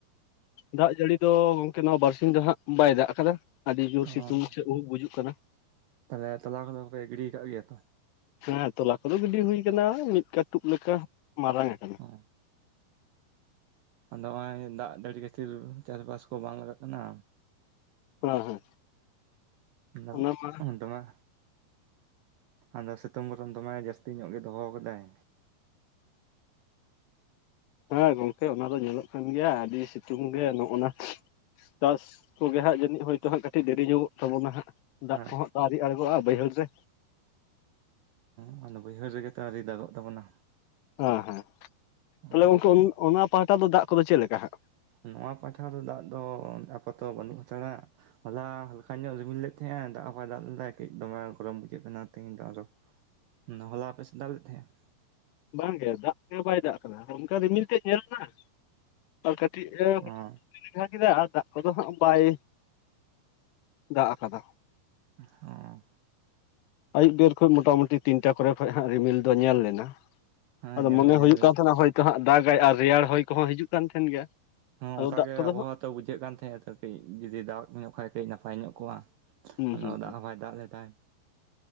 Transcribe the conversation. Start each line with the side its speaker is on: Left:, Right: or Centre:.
Left: ᱫᱟᱜ ᱡᱟᱹᱲᱤ ᱫᱚ ᱜᱚᱝᱠᱮ ᱱᱚᱣᱟ ᱵᱟᱨᱥᱤᱧ ᱫᱚ ᱦᱟᱸᱜ ᱵᱟᱭ ᱫᱟᱜ ᱠᱟᱫᱟ ᱟᱹᱰᱤ ᱡᱳᱨ
Right: ᱚᱸ
Left: ᱥᱤᱛᱩᱝ <unintelligible> ᱵᱩᱡᱩᱜ ᱠᱟᱱᱟ
Right: ᱛᱟᱦᱚᱞᱮ ᱛᱟᱞᱟ ᱠᱚᱫᱚ ᱯᱮ ᱜᱤᱲᱤ ᱠᱟᱫ ᱜᱮᱭᱟ ᱛᱚ
Left: ᱦᱮᱸ ᱛᱚᱞᱟ ᱠᱚᱫᱚ ᱜᱤᱰᱤ ᱦᱩᱭ ᱠᱟᱱᱟ ᱢᱤᱫ ᱠᱟᱹᱴᱩᱵ ᱞᱮᱠᱟ ᱢᱟᱨᱟᱝ ᱠᱟᱱᱟ
Right: ᱚ ᱟᱫᱚ ᱦᱚᱸᱜᱼᱚᱭ ᱫᱟᱜ ᱡᱟᱹᱲᱤ ᱠᱷᱟᱹᱛᱤᱨ ᱪᱟᱥᱵᱟᱥ ᱠᱚ ᱵᱟᱝ ᱞᱟᱜᱟᱜ ᱠᱟᱱᱟ
Left: ᱦᱮᱸ ᱦᱮᱸ
Right: ᱟᱫᱚ
Left: ᱚᱱᱟ ᱢᱟ
Right: ᱫᱚᱢᱮ ᱟᱫᱚ ᱥᱤᱛᱩᱝ ᱜᱚᱨᱚᱢ ᱫᱚᱢᱮ ᱡᱟᱹᱥᱛᱤ ᱧᱚᱜ ᱜᱮ ᱫᱚᱦᱚ ᱠᱟᱫᱟᱭ
Left: ᱦᱮᱸ ᱜᱚᱝᱠᱮ ᱚᱱᱟ ᱫᱚ ᱧᱮᱞᱚᱜ ᱠᱟᱱ ᱜᱮᱭᱟ ᱟᱹᱰᱤ ᱥᱤᱛᱩᱝ ᱜᱮ ᱱᱚᱜ ᱱᱟ ᱪᱟᱥ ᱠᱚᱜᱮ ᱦᱟᱸᱜ ᱡᱟᱹᱱᱤᱡ ᱦᱚᱭᱛᱚ ᱦᱟᱸᱜ ᱠᱟᱹᱴᱤᱡ ᱫᱮᱨᱤ ᱧᱚᱜᱚᱜ ᱛᱟᱵᱚᱱᱟ ᱦᱟᱸᱜ ᱫᱟᱜ
Right: ᱦᱮᱸ
Left: ᱠᱚᱦᱚᱸ ᱛᱚ ᱟᱨᱤ ᱟᱬᱜᱚᱜᱼᱟ ᱵᱟᱹᱭᱦᱟᱹᱲ ᱨᱮ
Right: ᱚ ᱟᱫᱚ ᱵᱟᱹᱭᱦᱟᱹᱲ ᱨᱮᱜᱮ ᱛᱚ ᱟᱹᱣᱨᱤ ᱫᱟᱜᱚᱜ ᱛᱟᱵᱚᱱᱟ
Left: ᱦᱮᱸ ᱦᱮᱸ
Right: ᱦᱚᱸ
Left: ᱛᱟᱦᱚᱞᱮ ᱜᱚᱝᱠᱮ ᱚᱱᱟ ᱯᱟᱦᱟᱴᱟ ᱫᱚ ᱫᱟᱜ ᱠᱚᱫᱚ ᱪᱮᱫ ᱞᱮᱠᱟ ᱦᱟᱜ
Right: ᱱᱚᱣᱟ ᱯᱟᱴᱷᱟ ᱨᱮ ᱫᱟᱜ ᱫᱚ ᱟᱯᱟᱛᱚ ᱵᱟᱹᱱᱩᱜ ᱦᱟᱛᱟᱲᱟ ᱦᱚᱞᱟ ᱦᱟᱞᱠᱟ ᱧᱚᱜ ᱨᱤᱢᱤᱞ ᱞᱮᱫ ᱛᱟᱦᱮᱸᱱᱟ ᱫᱟᱜ ᱦᱚᱸ ᱵᱟᱭ ᱫᱟᱜ ᱞᱮᱫᱟ ᱠᱟᱹᱡ ᱫᱚᱢᱮ ᱜᱚᱨᱚᱢ ᱵᱩᱡᱷᱟᱹᱜ ᱠᱟᱱᱟ ᱛᱮᱦᱤᱧ ᱫᱚ ᱟᱨᱚ ᱦᱚᱞᱟ ᱟᱯᱮ ᱥᱮᱫ ᱫᱟᱜ ᱞᱮᱫ ᱛᱟᱦᱮᱫ ᱮ
Left: ᱵᱟᱝ ᱜᱮ ᱫᱟᱜ ᱜᱮ ᱵᱟᱭ ᱫᱟᱜ ᱠᱟᱫᱟ ᱚᱱᱠᱟ ᱨᱤᱢᱤᱞ ᱛᱮᱜ ᱧᱮᱞᱱᱟ ᱟᱨ ᱠᱟᱹᱴᱤᱡ ᱮ
Right: ᱚᱸ
Left: <inaudible> ᱠᱮᱫᱟ ᱟᱨ ᱫᱟᱜ ᱠᱚᱫᱚ ᱦᱟᱸᱜ ᱵᱟᱭ ᱫᱟᱜ ᱠᱟᱫᱟ
Right: ᱦᱚᱸ
Left: ᱟᱹᱭᱩᱵ ᱵᱮᱨ ᱠᱷᱚᱡ ᱢᱚᱴᱟᱢᱩᱴᱤ ᱛᱤᱱᱴᱟ ᱠᱚᱨᱮ ᱠᱷᱚᱡ ᱦᱟᱸᱜ ᱨᱤᱢᱤᱞ ᱫᱚ ᱧᱮᱞ ᱞᱮᱱᱟ
Right: ᱦᱮᱸ
Left: ᱟᱫᱚ
Right: ᱧᱮᱞ
Left: ᱢᱚᱱᱮ
Right: ᱫᱚ ᱧᱮᱞ
Left: ᱦᱩᱭᱩᱜ ᱠᱟᱱ ᱛᱟᱦᱮᱱᱟ ᱦᱳᱭᱛᱳ ᱦᱟᱸᱜ ᱫᱟᱜᱟᱭ ᱟᱨ ᱨᱮᱭᱟᱲ ᱦᱚᱭ ᱠᱚᱦᱚᱸ ᱦᱤᱡᱩᱜ ᱠᱟᱱ ᱛᱟᱦᱮᱱ ᱜᱮᱭᱟ
Right: ᱦᱚᱸ
Left: ᱟᱫᱚ
Right: ᱚᱱᱠᱟᱜᱮ
Left: ᱫᱟᱜ ᱠᱚᱫᱚ
Right: ᱟᱵᱚᱦᱟᱣᱟ
Left: ᱦᱟᱸᱜ
Right: ᱛᱚ ᱵᱩᱡᱷᱟᱹᱜ ᱠᱟᱱ ᱛᱟᱦᱮᱸᱱᱟ ᱛᱚ ᱠᱟᱹᱡ ᱡᱩᱫᱤ ᱫᱟᱜ ᱧᱚᱜ ᱠᱷᱟᱡ ᱠᱟᱹᱡ ᱱᱟᱯᱟᱭ ᱧᱚᱜ ᱠᱚᱜ-ᱟ᱾
Left: ᱦᱩᱸ
Right: ᱟᱫᱚ
Left: ᱦᱩᱸ ᱦᱩᱸ
Right: ᱫᱟᱜ ᱦᱚᱸ ᱵᱟᱭ ᱫᱟᱜ ᱞᱮᱫ ᱫᱟᱭ᱾